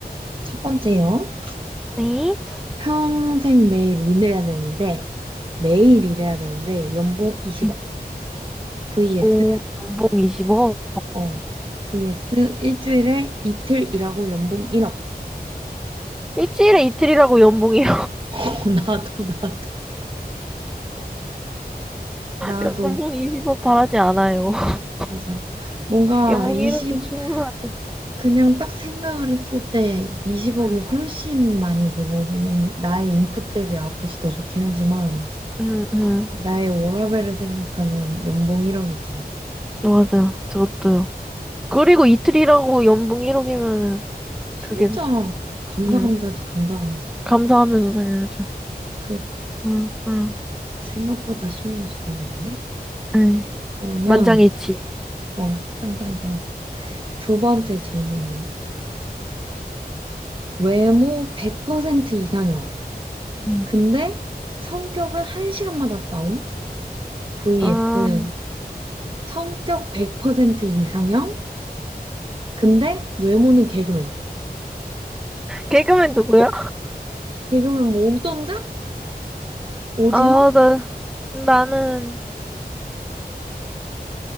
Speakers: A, on the right (about 30°); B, in the centre.
A: 첫 번째요.
B: 네.
A: 평생 매일 일해야 되는데, 매일 일해야 되는데, 연봉 20억.
B: 네.
A: vs,
B: 오, 연봉 20억.
A: 어, vs 일주일에 이틀 일하고 연봉 1억.
B: 일주일에 이틀이라고 연봉이요.
A: <laughs> 어, 나도, 나도, 나도.
B: <laughs> 연봉 20억 바라지 않아요. <laughs>
A: 맞아. 뭔가
B: 연봉
A: 20,
B: 1억도 충분하지.
A: 그냥 딱 생각을 했을 때 20억이
B: 응,
A: 훨씬 많이 그거기는 나의 인풋 대비 아프지 더 좋긴 하지만
B: 응, 응.
A: 나의 워라밸을 생각하면 연봉 1억이지.
B: 맞아. 저도요. 그리고 이틀이라고 연봉 1억이면은,
A: 진짜
B: 그게,
A: 감사감사지
B: 응
A: 감사감사.
B: 감사하면서 살려야죠.
A: 그러니까
B: 응, 응.
A: 생각보다 쉬운 질문이었네.
B: 네.
A: 그러면
B: 만장일치.
A: 어 땅땅땅 두 번째 질문이요. 외모 100% 이상형.
B: 네.
A: 근데 성격은 한시간마다 싸움. vs
B: 아,
A: 성격 100% 이상형. 근데 외모는 개그맨.
B: 개그맨 누구야?
A: 개그맨 뭐 옥동자? 오지헌?
B: 아, 나, 나는,